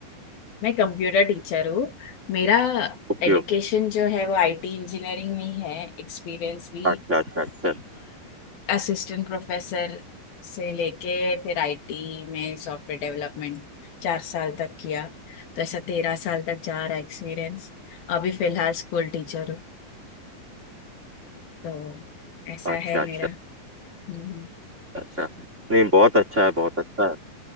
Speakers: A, on the left (about 75°); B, on the right (about 20°).
A: मैं कंप्यूटर टीचर हूँ मेरा
B: Okay
A: एजुकेशन
B: okay
A: जो है वो आईटी इंजीनियरिंग में ही है एक्सपीरियंस भी
B: अच्छा अच्छा अच्छा
A: असिस्टेंट प्रोफेसर से लेके फिर आईटी में सॉफ्टवेयर डेवलपमेंट चार साल तक किया तो ऐसा तेरह साल तक जा रहा एक्सपीरियंस अभी फिलहाल स्कूल टीचर हूँ तो ऐसा
B: अच्छा
A: है
B: अच्छा
A: मेरा
B: अच्छा
A: हम्म
B: अच्छा नहीं बहुत अच्छा है बहुत अच्छा है